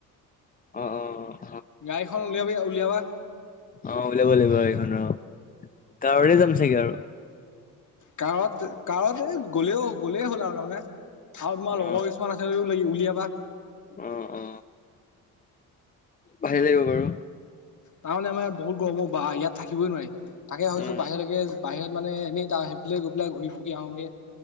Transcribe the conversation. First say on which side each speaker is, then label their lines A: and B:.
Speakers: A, on the left; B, on the left.
A: অঁ অঁ।
B: গাড়ীখন উলিয়াবি উলিয়াবা।
A: অ ওলিয়াব লাগিব এইখনৰ অ কাৰতে যাম ছাগে আৰু।
B: কাৰত কাৰত এই গ'লেও গ'লেই হ'ল আৰু তাৰমানে। আৰু তোমাৰ লগৰ
A: অ
B: কিছুমান আছে যদিও উলিয়াবা।
A: অ অ ভালে লাগিব বাৰু।
B: তাৰমানে আমাৰ ইয়াত বহুত গৰম ঔ বা ইয়াত থাকিবই নোৱাৰি তাকে ভাৱিছো
A: উম
B: বাহিৰলেকে বাহিৰত মানে এনেই তা সেইফালে গৈ পেলাই ঘূৰি পকি আহোঁগে।